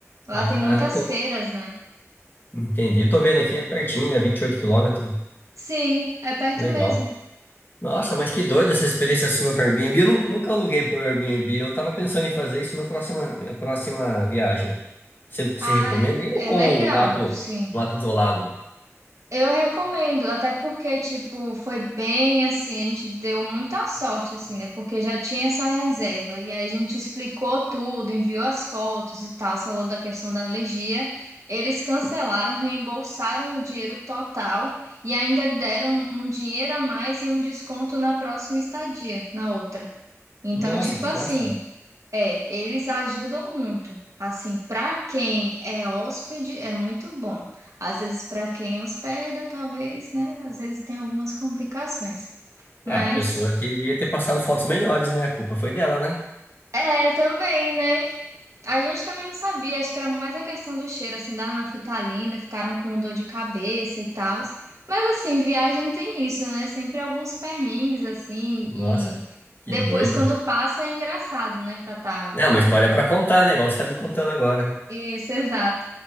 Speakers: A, on the right; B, on the left.
A: Lá
B: Ah,
A: tem muitas
B: tô-
A: feiras, né?
B: entendi. Tô vendo aqui, é pertinho, né? vinte e oito quilômetros.
A: Sim, é perto
B: Legal.
A: mesmo.
B: Nossa, mas que doido essa experiência sua com o Airbnb. Eu nun- nunca aluguei por Airbnb. Eu tava pensando em fazer isso na próxima, minha próxima viagem. Você você
A: Ah,
B: recomenda? Ainda
A: é
B: com
A: legal,
B: um ato,
A: sim.
B: um ato isolado.
A: Eu recomendo, até porque, tipo, foi bem assim, a gente deu muita sorte, assim, né? Porque já tinha essa reserva. E aí a gente explicou tudo, enviou as fotos e tal, falou da questão da alergia. Eles cancelaram, reembolsaram o dinheiro total e ainda deram um dinheiro a mais e um desconto na próxima estadia, na outra. Então,
B: Nossa,
A: tipo
B: que
A: assim.
B: massa.
A: É, eles ajudam muito. Assim, para quem é hóspede, é muito bom. Às vezes, para quem hospeda, talvez, né? Às vezes tem algumas complicações. Mas
B: É, a pessoa que ia ter passado fotos melhores, né? A culpa foi dela, né?
A: é também, né? A gente também não sabia, acho que era mais a questão do cheiro, assim, da nafitalina, ficaram com dor de cabeça e tal. Mas assim, viagem tem isso, né? Sempre alguns perrengues, assim,
B: Nossa,
A: e
B: que
A: depois
B: doido.
A: quando passa é engraçado, né? Pra tá.
B: É uma história pra contar, né? Igual você tá me contando agora.
A: Isso, exato.